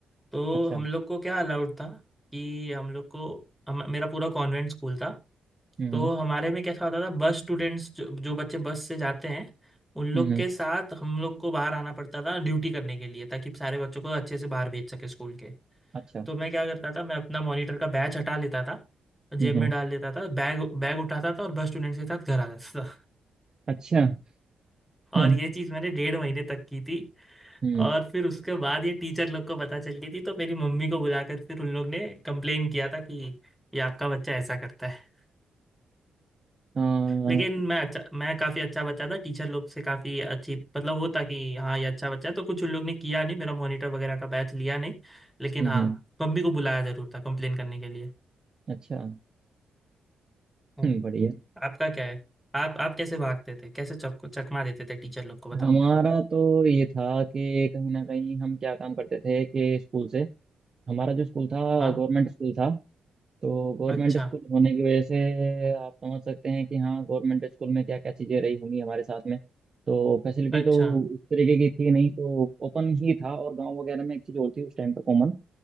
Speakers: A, in the centre; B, on the right.
A: तो
B: अच्छा
A: हम लोग को क्या अलाउड था कि हम लोग को हम, मेरा पूरा कॉन्वेंट स्कूल था
B: हम्म
A: तो हमारे में कैसा होता था बस स्टूडेंट्स जो, जो बच्चे बस से जाते हैं उन लोग
B: हम्म
A: के साथ हम लोग को बाहर आना पड़ता था ड्यूटी करने के लिए ताकि सारे बच्चों को अच्छे से बाहर भेज सके स्कूल के
B: अच्छा
A: तो मैं क्या करता था मैं अपना मॉनिटर का बैच हटा लेता था जेब
B: हम्म
A: में
B: हम्म,
A: डाल लेता था बैग बैग उठाता था और बस स्टूडेंट्स के साथ घर आ जाता
B: अच्छा हम्म
A: और ये चीज मैंने डेढ़ महीने तक की थी
B: हम्म,
A: और फिर उसके बाद ये टीचर लोग को पता चल गई थी तो मेरी मम्मी को बुलाकर फिर उन लोग ने कंप्लेन किया था कि ये आपका बच्चा ऐसा करता है
B: अ, हम्म
A: लेकिन मैं अच्छा मैं काफ़ी अच्छा बच्चा था टीचर लोग से काफ़ी अच्छी मतलब वो था कि हाँ ये अच्छा बच्चा है तो कुछ उन लोग ने किया नहीं मेरा मॉनिटर वगैरह का बैच लिया नहीं लेकिन
B: हम्म,
A: हाँ
B: हम्म,
A: मम्मी को बुलाया जरूर था कंप्लेन करने के लिए
B: अच्छा
A: हम्म।
B: हम्म, बढ़िया
A: आपका क्या है आप आप कैसे भागते थे कैसे चक चकमा देते थे टीचर लोग को बताओ
B: हमारा तो ये था कि कहीं ना कहीं हम क्या काम करते थे कि स्कूल से हमारा जो स्कूल था
A: हाँ
B: गवर्नमेंट स्कूल था तो गवर्नमेंट
A: अच्छा
B: स्कूल होने की वजह से आप समझ सकते हैं कि हाँ गवर्नमेंट स्कूल में क्या क्या चीज़ें रही होंगी हमारे साथ में तो फैसिलिटी
A: अच्छा
B: तो उस तरीके की थी नहीं तो ओपन ही था और गांव वगैरह में एक चीज़ और थी उस टाइम पर कॉमन